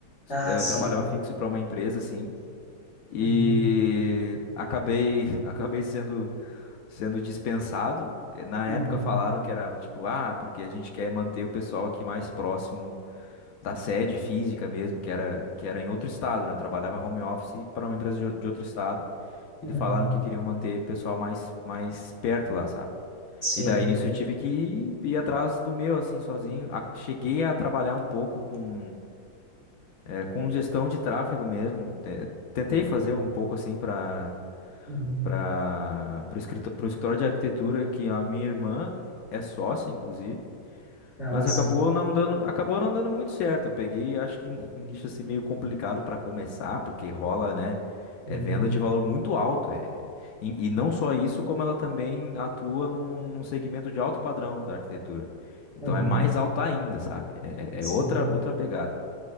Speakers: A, on the left; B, on the left.
A: Ah,
B: Eu
A: sim.
B: trabalhava fixo para uma empresa, assim e
A: Uhum.
B: acabei <laughs> acabei sendo sendo dispensado. Na
A: Uhum.
B: época falaram que era tipo, ah, porque a gente quer manter o pessoal aqui mais próximo da sede física mesmo, que era que era em outro estado, né? Eu trabalhava home office para uma empresa de, o- de outro estado.
A: Uhum.
B: Eles falaram que queriam manter o pessoal mais mais perto lá, sabe?
A: Sim.
B: E daí nisso eu tive que ir, ir atrás do meu, assim, sozinho. A- cheguei a trabalhar um pouco com, eh, com gestão de tráfego mesmo. Te- Tentei fazer um pouco assim para
A: Uhum.
B: para o escritório, escritório de arquitetura que a minha irmã é sócia, inclusive,
A: Ah,
B: mas
A: sim.
B: acabou não dando, acabou não dando muito certo. Eu peguei, acho que um <laughs> nicho assim meio complicado para começar, porque rola, né?
A: Uhum.
B: É venda de valor muito alto. É... E, e não só isso, como ela também atua num, num segmento de alto padrão da arquitetura. Então
A: Uhum.
B: é mais alto ainda, sabe? É,
A: Sim.
B: é outra outra pegada.